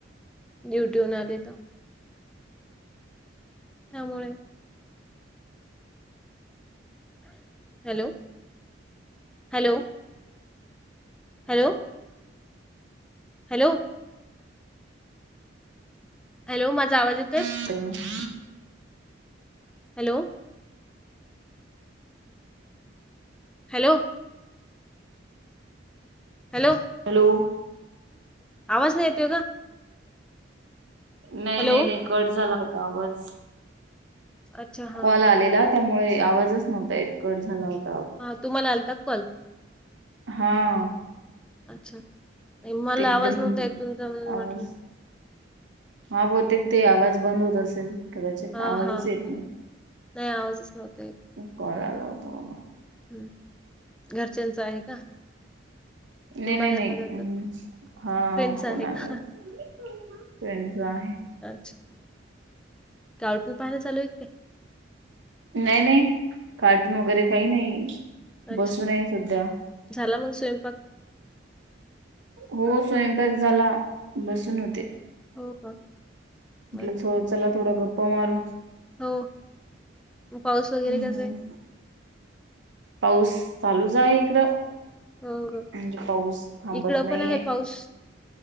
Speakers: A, in the centre; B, on the right.
A: डिऊटी हुन आले तर. त्यामुळे hello hello. Hello. Hello. Hello माझा आवाज येतोय.
B: <unintelligible>
A: हॅलो. हॅलो. हॅलो.
B: हॅलो.
A: आवाज नाही येतोय का?
B: नाही
A: हॅलो
B: नाही नाही कट झाला होता आवाज
A: अच्छा हां
B: कॉल आलेला त्यामुळे आवाजच नव्हता य कट झाला होत
A: हा तुम्हाला आलता कॉल.
B: हा.
A: अच्छा मला
B: ते एकदम
A: आवाज नव्हता येत तुमचा म्हणून म्हटलं.
B: आवाज हा बहुतेक ते आवाज बंद होत असेल कदाचित
A: हां
B: आवाजच
A: हां
B: येत
A: हां
B: नाही.
A: नाही आवाजच नव्हता येत.
B: कॉल आला होता मला.
A: हम्म घरच्यांच आहे का.
B: नाही
A: तुम्ही
B: नाही
A: बाहेर
B: नाही्
A: का जातात?
B: हा
A: फ्रेंडचा
B: फोन
A: आहे
B: आलावर
A: का?
B: फ्रेंड चा.
A: अच्छा का आवटून पाहायला चालू आहे का.
B: नाही नाही कार्टून वगैरे काही नाही
A: काय?
B: बसून
A: अच्छा
B: आहे सध्या.
A: झाला मग स्वयंपाक.
B: हो स्वयंपाक झाला बसून होते.
A: हो का. बरं
B: म्हटलं चला थोड्या गप्पा मारू.
A: हो पाऊस वगैरे
B: हम्म.
A: कसा आहे.
B: पाऊस चालूच आहे इकडं.
A: हो का
B: म्हणजे पाऊस थांबत
A: इकड
B: नाहीये
A: पण आहे पाऊस.